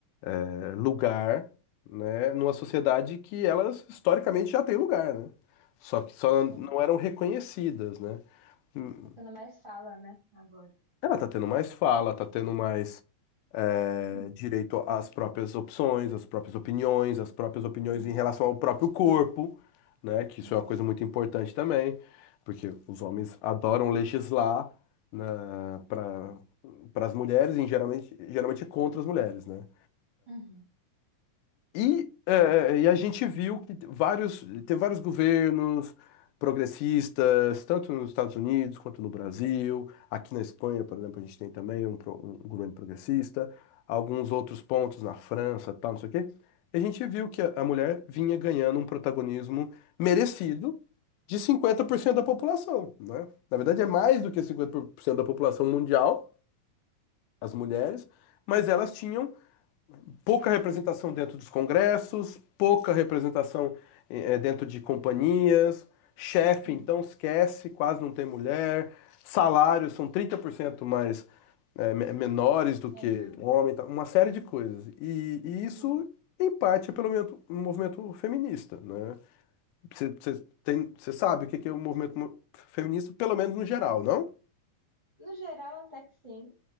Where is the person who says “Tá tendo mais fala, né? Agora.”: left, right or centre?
Right